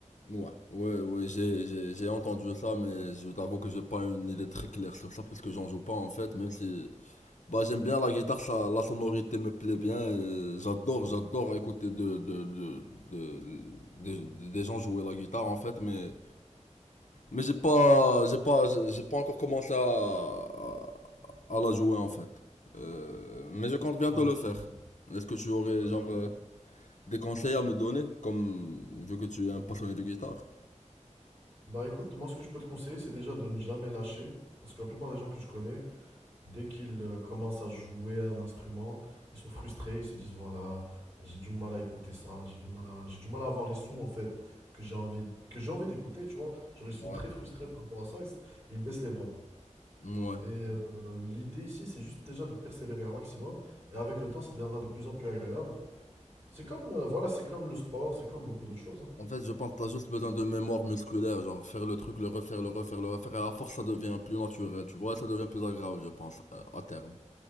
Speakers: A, on the left; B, on the right.
A: Ouais, ouais, ouais, j'ai, j'ai, j'ai entendu ça, mais je t'avoue que j'ai pas une idée très claire sur ça, parce que j'en joue pas, en fait, même si, bah, j'aime bien la guitare, ça, la sonorité me plaît bien, et j'adore, j'adore écouter de, de, de, de, de- des gens jouer la guitare, en fait, mais, mais j'ai pas, j'ai pas, j'ai pas encore commencé à, à à la jouer, en fait. Euh, mais je compte bientôt
B: Ouais,
A: le faire.
B: c'est vrai.
A: Est-ce que tu aurais,
B: Bah
A: genre,
B: écoute,
A: euh, des conseils à me donner, comme, vu que tu es un passionné de guitare?
B: bah écoute, moi ce que je peux te conseiller c'est déjà de ne jamais lâcher, parce que la plupart des gens que je connais Dès qu'ils euh, commencent à jouer un instrument, ils sont frustrés, ils se disent voilà, j'ai du mal à écouter ça, j'ai du mal à, j'ai du mal à avoir les sons en fait que j'ai envie, que j'ai envie d'écouter, tu vois. Genre ils sont
A: Ouais.
B: très frustrés par rapport à ça, et s- ils baissent les bras.
A: Ouais.
B: Et euh, l'idée ici, c'est juste déjà de persévérer un maximum, et avec le temps, ça deviendra de plus en plus agréable. C'est comme, euh, voilà, c'est comme le sport, c'est comme beaucoup d'autres choses, hein.
A: En fait, je pense que t'as juste besoin de mémoire musculaire, genre faire le truc, le refaire, le refaire, le refaire, et à force ça devient plus naturel, tu vois, ça devient plus agréable, je pense, euh, à terme.